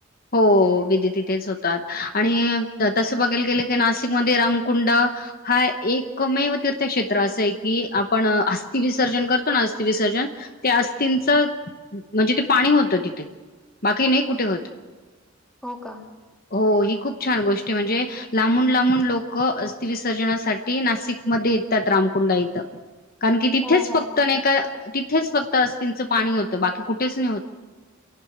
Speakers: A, on the left; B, in the centre.
A: हो विधी तिथेच होतातं आणि
B: हो,
A: तसे बघांयला गेले की नाशिकमध्यें रामकुंड हां एकमेव तीर्थक्षेत्र असं आहे की आपणं अस्थि विसर्जन करतो नां अस्थि विसर्जन त्यां अस्थींच म्हणजे ते पाणी होतं तिथे बाकी नाहीं कुंठे होतं
B: हो कां
A: हो ही खूंप छान गोष्टं म्हणजे लांबूंन लांबूंन लोकं अस्थि विसर्जनांसाठी नाशिकमध्यें येतातं रामकुंडा इथं कारणं की तिथेचं
B: हो, हो,
A: फक्तं
B: हो.
A: नाहीं कां तिथेच फक्तं अस्थिंचं पाणी होतं बाकी कुंठेच नाहीं होतं